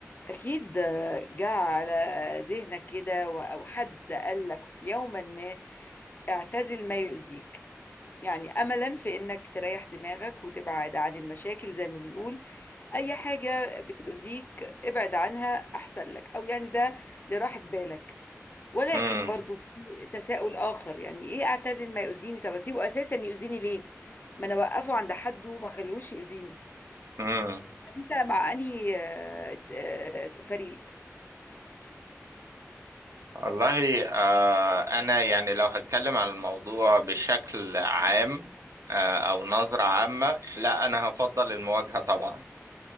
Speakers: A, on the left (about 40°); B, on the right (about 80°).
A: أكيد جاء على ذهنك كده و- أو حد قال لك يوما ما اعتزل ما يؤذيك يعني أملا في إنك تريح دماغك وتبعد عن المشاكل زي ما بنقول أي حاجة بتؤذيك ابعد عنها أحسن لك أو يعني ده لراحة بالك ولكن
B: امم
A: برضو في تساؤل آخر يعني إيه اعتزل ما يؤذيني طب أسيبه أساسا يؤذيني ليه؟ ما أنا أوقفه عند حده وما خلوش يؤذيني
B: امم
A: أنت مع أنهي آه، آه، فريق؟
B: والله آه انا يعني لو هتكلم عن الموضوع بشكل عام آه او نظرة عامة لا انا هفضل المواجهة طبعا